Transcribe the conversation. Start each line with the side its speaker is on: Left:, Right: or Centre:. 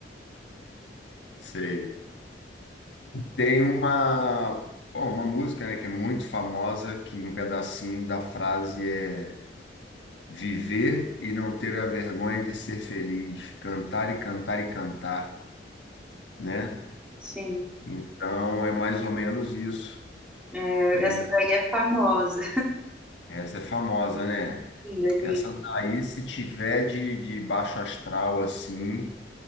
Left: Sei. Tem uma, bom, uma música, né, que é muito famosa, que um pedacinho da frase é viver e não ter a vergonha de ser feliz, cantar e cantar e cantar, né?
Centre: Sim.
Left: Então é mais ou menos isso.
Centre: É,
Left: E,
Centre: essa daí é famosa.
Left: Essa é famosa, né?
Centre: Linda, linda.
Left: Essa daí, se tiver de, de baixo astral assim,